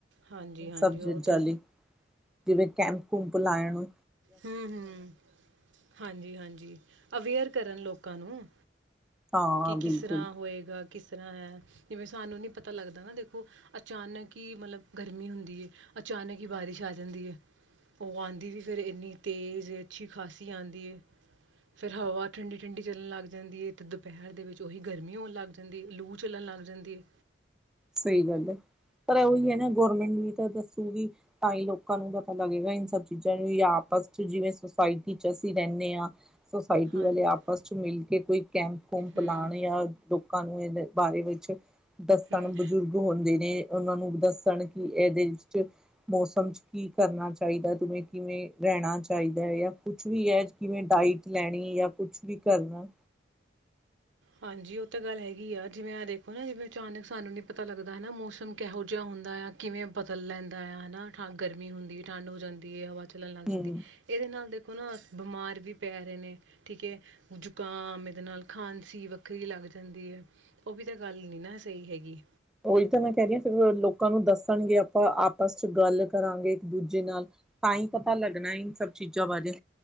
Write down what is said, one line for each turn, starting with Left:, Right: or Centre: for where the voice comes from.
Right: ਹਾਂਜੀ ਹਾਂਜੀ
Centre: ਸਬਜ਼ੀ
Right: ਉਹ
Centre: ਜਾਲੀ
Right: ਤਾਂ
Centre: ਜਿਵੇਂ ਕੈਂਪ-ਕੁੰਪ ਲਾਇਣ
Right: ਹੂੰ- ਹੂੰ, ਹਾਂਜੀ-ਹਾਂਜੀ। ਅਵੇਅਰ ਕਰਨ ਲੋਕਾਂ ਨੂੰ
Centre: ਹਾਂ
Right: ਕਿ
Centre: ਬਿਲਕੁਲ
Right: ਕਿਸ ਤਰ੍ਹਾਂ ਹੋਏਗਾ ਕਿਸ ਤਰ੍ਹਾਂ ਹੈ ਜਿਵੇਂ ਸਾਨੂੰ ਨੀ ਪਤਾ ਲੱਗਦਾ ਨਾ ਦੇਖੋ ਅਚਾਨਕ ਹੀ ਮਤਲਬ ਗਰਮੀ ਹੁੰਦੀ ਹੈ, ਅਚਾਨਕ ਹੀ ਬਾਰਿਸ਼ ਆ ਜਾਂਦੀ ਹੈ, ਉਹ ਆਉਂਦੀ ਵੀ ਫੇਰ ਇਨੀ ਤੇਜ਼ ਅੱਛੀ ਖਾਸੀ ਆਂਦੀ ਏ ਫੇਰ ਹਵਾ ਠੰਡੀ- ਠੰਡੀ ਚੱਲਣ ਲੱਗ ਜਾਂਦੀ ਏ ਤੇ ਦੁਪਹਿਰ ਦੇ ਵਿੱਚ ਉਹੀ ਗਰਮੀ ਹੋਣ ਲੱਗ ਜਾਂਦੀ ਏ ਲੂ ਚੱਲਣ ਲੱਗ ਜਾਂਦੀ ਹੈ।
Centre: ਸਹੀ ਗੱਲ ਹੈ, ਪਰ ਉਹੀ ਹੈ ਨਾ ਗੌਰਮੈਂਟ ਨੂੰ ਵੀ ਤਾਂ ਦੱਸੂਗੀ ਤਾਂ ਹੀ ਲੋਕਾਂ ਨੂੰ ਪਤਾ ਲੱਗੇਗਾ, ਇਹ ਸਭ ਚੀਜ਼ਾਂ ਨੂੰ ਆਪਸ ਚ ਜਿਵੇਂ ਸੁਸਾਇਟੀ ਚ ਅਸੀਂ ਰਹਿੰਣੇ ਆਂ। ਸੁਸਾਇਟੀ
Right: ਹਾਂਜੀ
Centre: ਵਾਲੇ ਆਪਸ ਚ ਮਿਲ ਕੇ ਕੋਈ ਕੈਂਪ- ਕੁੰਪ
Right: ਹੂੰ
Centre: ਲਾਣ ਜਾਂ ਲੋਕਾਂ ਨੂੰ ਇਹ ਬਾਰੇ ਵਿੱਚ ਦੱਸਣ
Right: ਹੂੰ
Centre: ਦ ਹੁੰਦੇ ਨੇ ਉਹਨਾਂ ਨੂੰ ਦੱਸਣ ਕਿ ਇਹਦੇ ਵਿਚ ਮੌਸਮ ਚ ਕੀ ਕਰਨਾ ਚਾਹੀਦਾ ਤ ਕਿਵੇਂ ਕਿਵੇਂ ਰਹਿਣਾ ਚਾਹੀਦਾ ਹੈ, ਕੁਛ ਵੀ ਆ ਕਿਵੇਂ ਡਾਇਟ ਲੈਣੀ ਜਾ ਕੁਛ ਵੀ ਕਰਨਾ।
Right: ਹਾਂਜੀ ਉਹ ਤਾਂ ਗੱਲ ਹੈਗੀ ਆ ਜਿਵੇਂ ਦੇਖੋ ਨਾ ਜਿਵੇਂ ਅਚਾਨਕ ਸਾਨੂੰ ਨੀ ਪਤਾ ਲੱਗਦਾ ਹਨਾ, ਮੌਸਮ ਕਿਹੋ ਜਿਹਾ ਹੁੰਦਾ ਆ ਕਿਵੇਂ ਬਦਲ ਲੈਂਦਾ ਆ ਹਨਾ, ਠ ਗਰਮੀ ਹੁੰਦੀ ਹੈ ਠੰਡ ਹੋ ਜਾਂਦੀ ਹੈ, ਹਵਾ ਚੱਲਣ ਲੱਗ ਜਾਂਦੀ
Centre: ਹਮ
Right: ਇਹਦੇ ਨਾਲ ਦੇਖੋ ਉਹ ਨਾ ਬਿਮਾਰ ਵੀ ਪੈ ਰਹੇ ਨੇ ਠੀਕ ਹੈ, ਜ਼ੁਕਾਮ ਇਹਦੇ ਨਾਲ ਖਾਂ ਸੀ ਵੱਖਰੀ ਲੱਗ ਜਾਂਦੀ ਹੈ ਉਹ ਵੀ ਤਾਂ ਗੱਲ ਨੀ ਨਾ ਸਹੀ ਹੈਗੀ।
Centre: ਉਹੀ ਤਾਂ ਮੈਂ ਕਹਿ ਰ ਫਿਰ ਲੋਕਾਂ ਨੂੰ ਦੱਸਣਗੇ ਆਪਾਂ ਆਪਸ ਚ ਗੱਲ ਕਰਾਂਗੇ ਇੱਕ ਦੂਜੇ ਨਾਲ ਤਾਂ ਹੀ ਪਤਾ ਲੱਗਣਾ ਇਨ ਸਭ ਚੀਜ਼ਾਂ ਬਾਰੇ।